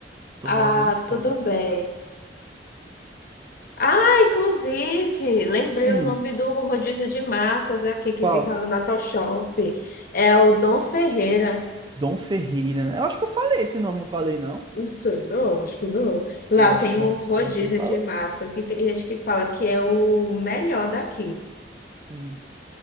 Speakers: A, on the right; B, on the left.
A: tô
B: Ah,
A: morrendo de fome.
B: tudo bem. Ah, inclusive, lembrei
A: Hum,
B: o nome do rodízio de massas aqui que
A: qual?
B: fica no Natal Shop. É o Dom Ferreira.
A: Dom Ferreira, né? Eu acho que eu falei esse nome, não falei, não?
B: Não sei, não, acho que não. Lá
A: Eu
B: tem
A: acho, eu
B: o rodízio
A: acho que eu falei.
B: de massas, que tem gente que fala que é o melhor daqui.
A: Hum.